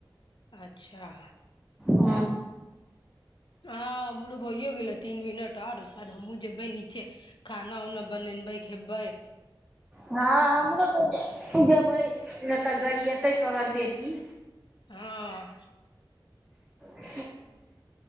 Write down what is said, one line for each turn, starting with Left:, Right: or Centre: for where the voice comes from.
Left: अच्छा
Centre: हँ
Left: आ मरू भइयो गेले तीन मिनट आर उसके बाद हमहूँ जेबै नीचे खाना उना बनेबै खेबै
Centre: हँ हमर तऽ पूजा भइ तऽ गड़ एतै तो हर बेटी
Left: हँ
Centre: ह